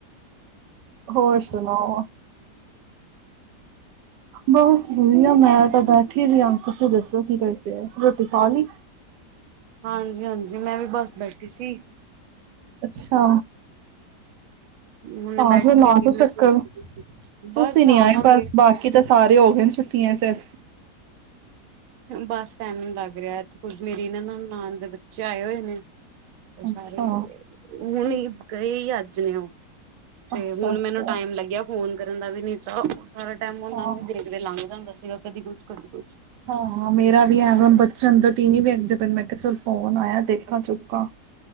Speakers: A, on the right; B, on the right.
A: ਹੋਰ ਸੁਣਾਓ? ਬਸ ਵਧੀਆ ਮੈਂ ਤਾਂ ਬੈਠੀ ਵੀ, ਤੁਸੀਂ ਦੱਸੋ ਕੀ ਕਰਦੇ ਹੋ ਰੋਟੀ ਖਾ ਲਈ?
B: ਹਾਂਜੀ-ਹਾਂਜੀ, ਮੈਂ ਵੀ ਬੱਸ ਬੈਠੀ ਸੀ।
A: ਅੱਛਾ।
B: ਹੁਣੇ
A: ਆ
B: ਬੈਠੀ
A: ਜੋ ਲਾ
B: ਸੀ
A: ਜੋ
B: ਮੈਂ
A: ਚੱਕਰ,
B: ਸੋਚ ਰਹੀ ਸੀ ਬਸ
A: ਤੁਸੀਂ ਨੀ
B: ਆਵਾਂਗੇ
A: ਆਏ ਬਸ ਬਾਕੀ ਤਾਂ ਸਾ ਸਾਰੇ ਹੋ ਗਏ ਛੁੱਟੀਆਂ ਚ।
B: ਬਸ ਟਾਈਮ ਨੀ ਲੱਗ ਰਹਿਆ, ਇਥੇ ਕੁਛ ਮੇਰੀ ਨਣਾਨ ਦੇ ਬੱਚੇ ਆਏ ਹੋਏ ਨੇ ਸਾਰੇ
A: ਅੱਛਾ,
B: ਹੁਣ, ਗਏ ਹੀ ਅੱਜ ਨੇ ਉਹ। ਤੇ
A: ਅੱਛਾ-ਅੱਛਾ,
B: ਹੁਣ ਮੈਨੂੰ ਟਾਈਮ ਲੱਗਿਆ, ਫੋਨ ਕਰਨ ਦਾ ਵੀ ਨੀ ਤਾਂ ਸਾਰਾ ਟਾਈਮ ਉਹਨਾਂ
A: ਹਾਂ।
B: ਨੂੰ ਵੀ ਦੇਖਦੇ ਲੰਘ ਜਾਂਦਾ ਸੀਗਾ, ਕਦੀ ਕੁਛ ਕਦੀ ਕੁਛ।
A: ਹਾਂ ਮੇਰਾ ਵੀ ਹੈ, ਹੁਣ ਬੱਚਨ ਅੰਦਰ ਟੀਨੀ ਵੀਗਦੇ ਪਏ ਨੇ ਮੈਂ ਕਿਹਾ ਚੱਲ ਫੋਨ ਆਇਆ ਦੇਖਾਂ ਚੁੱਕਾ।